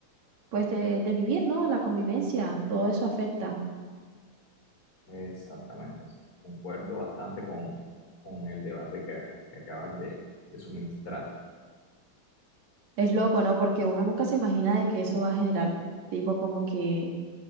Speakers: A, on the right (about 70°); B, on the left (about 45°).
A: pues, de, de vivir, ¿no? La convivencia, todo eso afecta.
B: Exactamente, o sea, concuerdo bastante con, con el debate que, que acabas de, de suministrar.
A: Es loco, ¿no? Porque uno nunca se imagina de que eso va a generar, tipo, como que